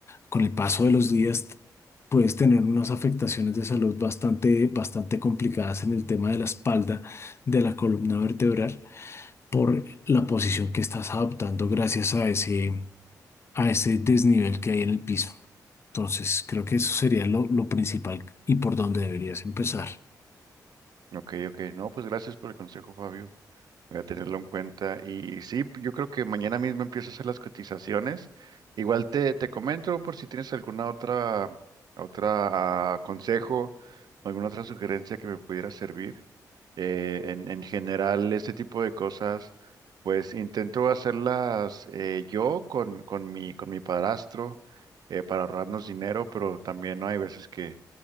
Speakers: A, on the left (about 40°); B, on the right (about 70°).
A: Con el paso de los días puedes tener unas afectaciones de salud bastante, bastante complicadas en el tema de la espalda, de la columna vertebral por la posición que estás adoptando gracias a ese, a ese desnivel que hay en el piso. Entonces, creo que eso sería lo, lo principal y por donde deberías empezar.
B: Ok, ok. No, pues gracias por el consejo, Fabio. Voy a tenerlo en cuenta. Y sí, p- yo creo que mañana mismo empiezo a hacer las cotizaciones. Igual te, te comento por si tienes alguna otra, otra ah, consejo, alguna otra sugerencia que me pudiera servir. Eh, en, en general, este tipo de cosas, pues intento hacerlas eh, yo con, con mi, con mi padrastro eh, para ahorrarnos dinero, pero también ¿no? hay veces que,